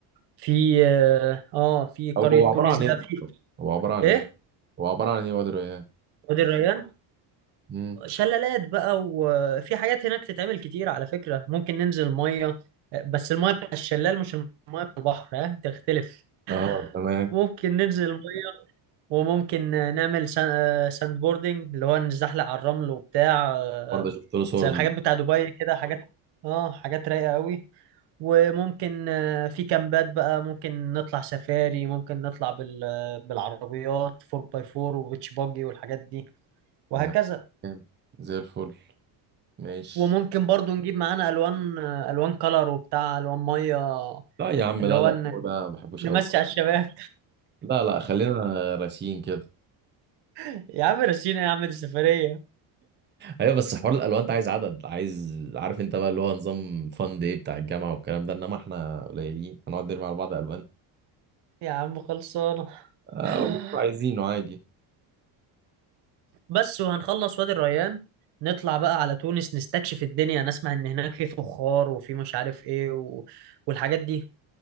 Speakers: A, on the right; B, on the right.
A: في اه آه، في قرية
B: او هو عبارة
A: تونس
B: عن
A: ده
B: ايه
A: في
B: هو عبارة عن
A: ايه
B: ايه هو عبارة عن ايه وادر يعني
A: وادي الريان
B: امم
A: شلالات بقى وفي حاجات هناك تتعمل كتير على فكرة ممكن ننزل مية بس المية بتاع الشلال مش المية بتاع البحر ها تختلف
B: اه تمام
A: ممكن ننزل المية وممكن نعمل سان- آه، ساند بوردنج اللي هو نزحلق على الرمل وبتاع آه،
B: برضه شفت له صور
A: زي الحاجات
B: فيديو
A: بتاع دبي كده حاجات اه حاجات رايقة قوي وممكن آه، في كامبات بقى ممكن نطلع سفاري ممكن نطلع بال آه، بالعربيات 4 باي 4 وبيتش باجي والحاجات دي وهكذا
B: يعني جامد. زي الفل ماشي
A: وممكن برضو نجيب معانا الوان آه، الوان كلر وبتاع الوان ميه
B: لا يا عم
A: اللي
B: لا
A: هو
B: لا
A: ن-
B: هو ده ما بحبوش
A: نمشي
B: قوي
A: على الشباب
B: لا لا خلينا راسيين كده
A: <laughs> يا عم رسينا يا عم السفرية
B: ايوه بس حوار الالوان ده عايز عدد عايز عارف انت بقى اللي هو نظام فان داي بتاع الجامعه والكلام ده انما احنا قليلين هنقعد نرمي على بعض الوان
A: يا عم خلصانة
B: آه،
A: <laughs>
B: اقول اللي انتوا عايزينه عادي
A: بس وهنخلص وادي الريان نطلع بقى على تونس نستكشف الدنيا نسمع ان هناك في فخار وفي مش عارف ايه و... والحاجات دي